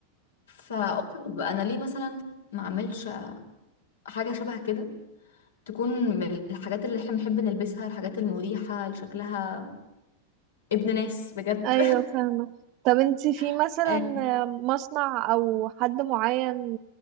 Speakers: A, on the left; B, on the right.
A: فقلت طب أنا ليه مثلا ما أعملش حاجة شبه كده تكون من الحاجات اللي احنا بنحب نلبسها الحاجات المريحة اللي شكلها ابن ناس بجد
B: ايوه فاهمة طب انتي في
A: <laughs>
B: مثلا
A: آه
B: مصنع او حد معين